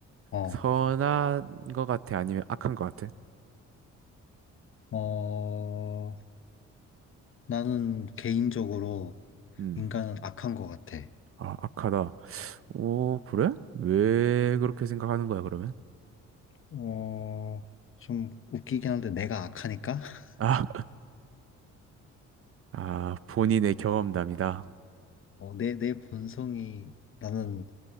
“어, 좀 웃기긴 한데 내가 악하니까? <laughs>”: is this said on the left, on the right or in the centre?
Left